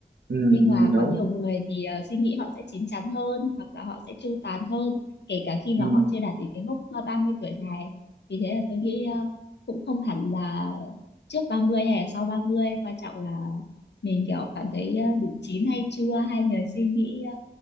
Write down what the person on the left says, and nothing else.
nhưng
mà
có nhiều người thì ờ, suy nghĩ họ sẽ chín chắn hơn hoặc là họ sẽ chu toàn hơn kể cả khi mà
họ chưa đạt đến cái mốc ờ, 30 tuổi này vì thế là tôi nghĩ ờ, cũng không hẳn là trước 30 hay là sau ba mươi quan trọng là mình kiểu cảm thấy ờ, đủ chín hay chưa hay người suy nghĩ ờ,